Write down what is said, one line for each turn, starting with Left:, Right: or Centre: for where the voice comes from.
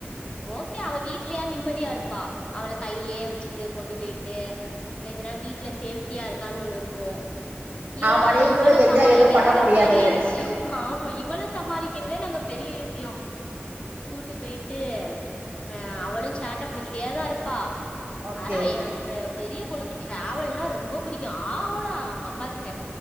Left: ஓகே அவ வீட்லயா நிம்மதியா இருப்பா அவள கையிலே வச்சிட்டு கொண்டு பேயிட்டு இப்ப இதுனா வீட்ல சேஃப்டியா இருக்கான் ஒண்ணு இருக்கு இவள
Right: ஆமா நீங்களு
Left: இவள
Right: என்ஜாய்
Left: சமாளிக்கிறதே
Right: எதுவு பண்ண முடியாது
Left: நா பெரிய விஷ்யோ ஆமா இவள சமாளிக்கிறதே நாங்க பெரிய விஷியோ கூட்டு பேயிட்டு அ அவளு சேட்ட பண்ணிக்கிட்டே தா இருப்பா
Right: ஓகே
Left: ஆனா எ ப பெரிய பொண்ணுக்கு டிராவல்னா ரொம்ப புடிக்கு ஆ வூனா அவுங்க அப் பா அ கிட்ட